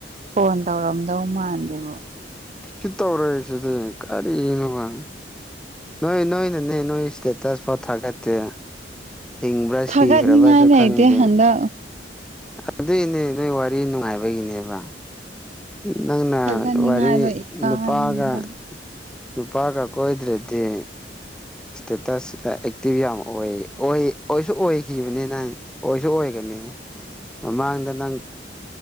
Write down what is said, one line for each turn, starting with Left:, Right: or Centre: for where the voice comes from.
Right: ꯐꯣꯟ ꯇꯧꯔꯝꯗꯧ ꯃꯥꯟꯗꯦꯕꯣ
Centre: ꯁꯤ ꯇꯧꯔꯛꯏꯁꯤꯗꯤ ꯀꯔꯤꯅꯣꯕ ꯅꯣꯏ ꯅꯣꯏꯅꯅꯦ ꯅꯣꯏ ꯏꯁꯇꯦꯇꯁ ꯐꯥꯎ ꯊꯥꯒꯠꯇꯦ ꯍꯤꯡꯕ꯭ꯔꯥ
Right: ꯊꯥꯒꯠꯅꯤꯡꯉꯥꯏ
Centre: ꯁꯤꯈ꯭ꯔꯕꯁꯨ
Right: ꯂꯩꯇꯦ
Centre: ꯈꯪꯗꯦ
Right: ꯍꯟꯗꯛ
Centre: ꯑꯗꯨꯏꯅꯦ ꯅꯣꯏ ꯋꯥꯔꯤ ꯅꯨꯡꯉꯥꯏꯕꯒꯤꯅꯦꯕ ꯅꯪꯅ
Right: ꯊꯥꯒꯠꯅꯤꯡꯉꯥꯏꯗꯣ
Centre: ꯋꯥꯔꯤ
Right: ꯏꯀꯥꯏ
Centre: ꯅꯨꯄꯥꯒ
Right: ꯍꯟꯗꯛ
Centre: ꯅꯨꯄꯥꯒ ꯀꯣꯏꯗ꯭ꯔꯗꯤ ꯏꯁꯇꯦꯇꯁ ꯑꯦꯛꯇꯤꯚ ꯌꯥꯝ ꯑꯣꯏ ꯑꯣꯏ ꯑꯣꯏꯁꯨ ꯑꯣꯏꯈꯤꯕꯅꯤꯅꯦ ꯅꯡ ꯑꯣꯏꯁꯨ ꯑꯣꯏꯒꯅꯤ ꯃꯃꯥꯡꯗ ꯅꯪ